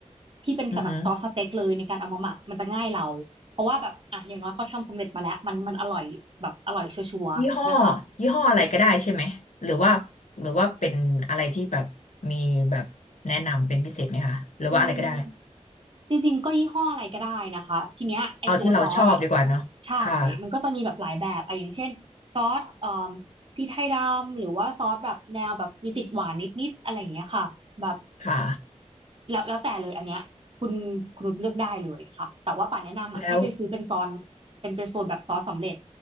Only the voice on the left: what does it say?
อือหือยี่ห้อยี่ห้ออะไรก็ได้ใช่ไหมหรือว่าหรือว่าเป็นอะไรที่แบบมีแบบแนะนำเป็นพิเศษไหมคะหรือว่าอะไรก็ได้
เอาที่เราชอบดีกว่าเนาะค่ะ
ค่ะ
แล้ว